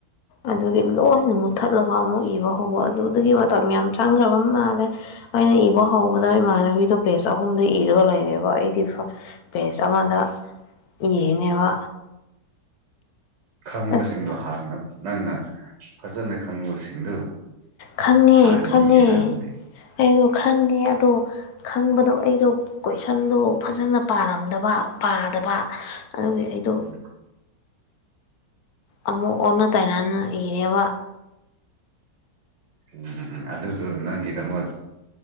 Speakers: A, on the left; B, on the right.
A: ꯑꯗꯨꯗꯤ ꯂꯣꯏꯅꯃꯨ ꯊꯠꯂꯒ ꯑꯃꯨꯛ ꯏꯕ ꯍꯧꯕ ꯑꯗꯨꯗꯒꯤ ꯃꯇꯝ ꯌꯥꯝ ꯆꯪꯈ꯭ꯔꯕ ꯃꯥꯜꯂꯦ ꯑꯩꯅ ꯏꯕ ꯍꯥꯎꯕꯗ ꯏꯃꯥꯟꯅꯕꯤꯗꯣ ꯄꯦꯖ ꯑꯍꯨꯝꯗ ꯏꯔꯒ ꯂꯩꯔꯦꯕ ꯑꯩꯗꯤ ꯐ ꯄꯦꯁ ꯑꯃꯗ ꯏꯌꯦꯅꯦꯕ
B: ꯈꯪꯕꯁꯤꯡꯗꯣ
A: ꯑꯁ
B: ꯍꯥꯟꯅ ꯅꯪꯅ ꯐꯖꯅ ꯈꯪꯕꯁꯤꯡꯗꯨ
A: ꯈꯪꯉꯦ
B: ꯍꯥꯟꯅ
A: ꯈꯪꯉꯦ
B: ꯏꯒꯗꯕꯅꯦ
A: ꯑꯩꯗꯣ ꯈꯪꯉꯦ ꯑꯗꯣ ꯈꯪꯕꯗꯣ ꯑꯩꯗꯣ ꯀꯣꯏꯁꯟꯗꯣ ꯐꯖꯅ ꯄꯥꯔꯝꯗꯕ ꯄꯥꯗꯕ ꯑꯗꯨꯒꯤ ꯑꯩꯗꯣ
B: ꯎꯝ
A: ꯑꯃꯨꯛ ꯑꯣꯟꯅ ꯇꯥꯏꯅꯅ ꯏꯔꯦꯕ
B: ꯎꯝ ꯑꯗꯨꯗꯨ ꯅꯪꯒꯤꯗꯃꯛ